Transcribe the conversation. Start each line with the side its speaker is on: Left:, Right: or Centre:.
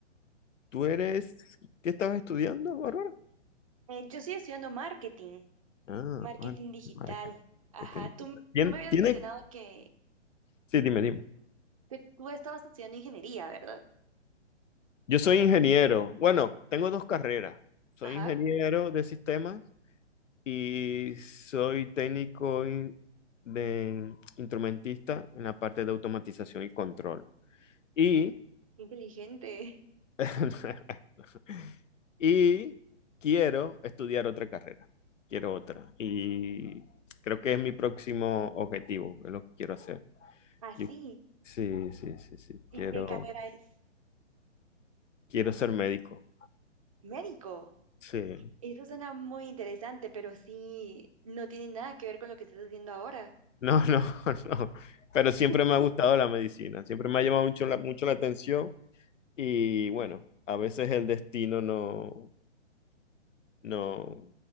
Left: tú eres,
Right: es.
Left: qué estabas estudiando, Bárbara?
Right: Eh, yo estoy estudiando marketing,
Left: Ah,
Right: marketing
Left: marketing,
Right: digital.
Left: marketing.
Right: Ajá,
Left: marketing.
Right: tú,
Left: ¿Tien-
Right: tú me habías
Left: ¿Tiene?
Right: mencionado que...
Left: Sí, dime, dime.
Right: Que tú estabas estudiando ingeniería, ¿verdad?
Left: Yo soy ingeniero. Bueno, tengo dos carreras. Soy
Right: Ajá,
Left: ingeniero de sistemas y soy técnico in- de instrumentista en la parte de automatización y control. Y,
Right: qué inteligente.
Left: <laughs> y quiero estudiar otra carrera, quiero otra. Y creo que es mi próximo objetivo, es lo que quiero hacer.
Right: <laughs> Así.
Left: Yo- sí, sí, sí, sí,
Right: ¿Y
Left: quiero,
Right: qué carrera es?
Left: quiero ser médico.
Right: Médico.
Left: Sí,
Right: Eso suena muy interesante, pero sí, no tiene nada que ver con lo que estás haciendo ahora.
Left: no, no, <laughs> no. Pero siempre
Right: <laughs>
Left: me ha gustado la medicina, siempre me ha llamado mucho la, mucho la atención. Y bueno, a veces el destino no, no,